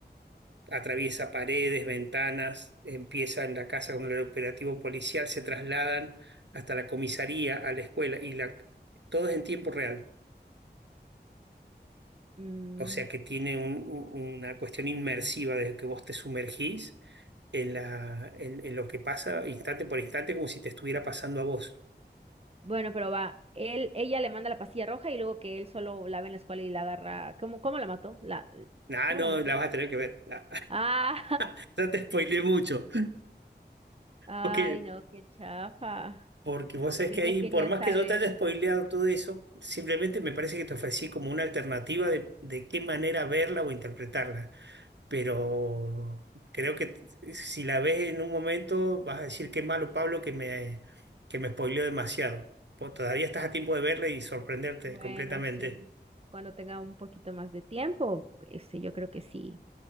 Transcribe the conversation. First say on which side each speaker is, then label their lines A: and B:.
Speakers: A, on the right (about 80°); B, on the right (about 35°).
A: atraviesa paredes, ventanas, empieza en la casa con el operativo policial, se trasladan hasta la comisaría, a la escuela, y la, todo es en tiempo real.
B: Mm,
A: O sea que tiene un- un- una cuestión inmersiva desde que vos te sumergís en, la, en, en lo que pasa instante por instante como si te estuviera pasando a vos.
B: Bueno, pero va. Él, ella le manda la pastilla roja y luego que él solo la ve en la escuela y la agarra. ¿Cómo, cómo la mató? La,
A: Ah,
B: ¿cómo
A: no,
B: la mató?
A: la vas a tener que ver. Ah,
B: Ah,
A: <laughs> ya te spoileé mucho.
B: <laughs> ay,
A: Ok,
B: no, qué chafa.
A: Porque vos sabés
B: Yo
A: que ahí,
B: ya quería
A: por más
B: saber.
A: que yo te haya spoileado todo eso, simplemente me parece que te ofrecí como una alternativa de, de qué manera verla o interpretarla. Pero creo que t- si la ves en un momento, vas a decir qué malo Pablo que me, que me spoileó demasiado. Vos todavía estás a tiempo de verla y sorprenderte
B: Bueno,
A: completamente.
B: sí. Cuando tenga un poquito más de tiempo, este, yo creo que sí,